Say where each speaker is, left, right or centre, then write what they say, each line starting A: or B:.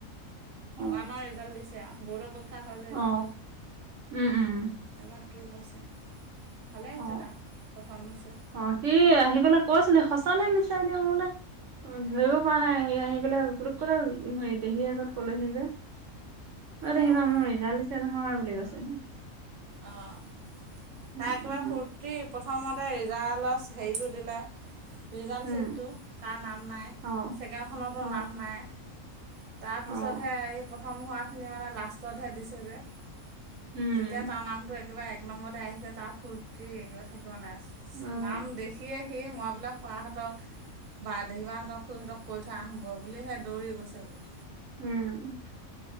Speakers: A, on the right; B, on the right.
A: অ,
B: ওৱানৰ ৰিজাল্ট দিছে আও বৰ্ডৰ প শিক্ষা হয় যে
A: অ,
B: এতিয়া
A: উম, উম,
B: এ-বাৰ টু পাইছে ভালে হৈছে
A: অ,
B: তাৰ প্ৰথম হৈছে
A: অ সি আহি পেলাই কৈছিলে সঁচা নে মিছাই এতিয়া মই বোলে ধৰিব পৰা নাই সি আহি পেলাই পুতুককতে হেই দেহীৰ আগত কলেহি যে অ' দেহী-বা
B: অঁ
A: মোৰ ৰিজাল্ট দিছে নহয় বুলি কৈছে।
B: অঁ,
A: উম,
B: তাই একেবা
A: উম,
B: ফূৰ্তি প্ৰথমতে ৰিজালচ হেৰিটো দিলে ৰিজাল্ট
A: উম
B: চিটটো, তাৰ নাম নাই ছেকেণ্ডখনতো
A: অ, অ',
B: নাম নাই তাৰপিছতহে
A: অ',
B: এই প্ৰথম হোৱাখিনি মানে লাষ্টতহে দিছে যে যেতিয়া
A: উম,
B: তাৰ নামটো একেবাৰে এক নম্বৰতে আহিছে তাৰ ফুৰ্তি একেবা থাকিব নাই,
A: অ',
B: নাম দেখিয়ে সি মই বোলে খোৱাহঁতক বা দেহী বা-হঁতক, খুৰিহঁতক কৈ থৈ আহোগ বুলি হে দৌৰি গৈছে ক।
A: উম